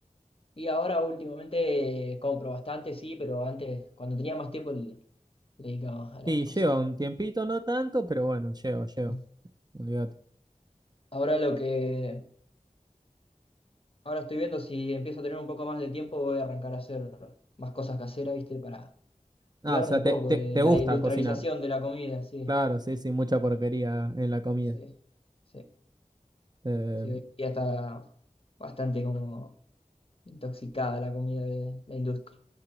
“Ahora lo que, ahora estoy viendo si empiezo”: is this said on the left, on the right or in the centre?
Left